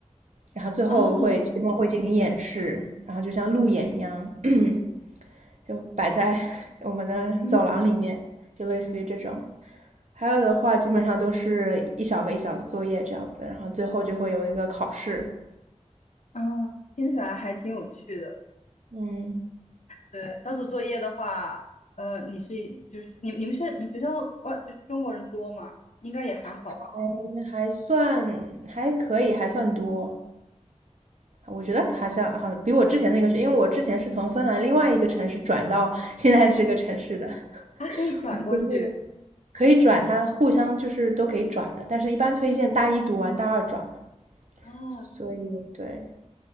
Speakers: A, on the right (about 70°); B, on the left (about 75°).
A: 然后最后会期末会进行演示，
B: 哦，
A: 然后就像路演一样，<coughs> <clears throat> 就摆在 <laughs> 我们的走廊里面，
B: 嗯
A: 就类似于这种。还有的话，基本上都是一小个一小个作业这样子，然后最后就会有一个考试。
B: 嗯，听起来还挺有趣的。
A: 嗯，
B: 对，小组作业的话，呃，你是就是你你们是你们学校哇就是中国人多嘛，应该也还好吧，
A: 还还算还可以，还算多。我觉得好像好，比我之前那个是，因为我之前是从芬兰另外一个城市转到 <laughs> 现在这个城市的，
B: 哦，还可以转过去。
A: <laughs> 我经历了。可以转，他互相就是都可以转的，但是一般推荐大一读完大二转嘛。
B: 啊。
A: 所以对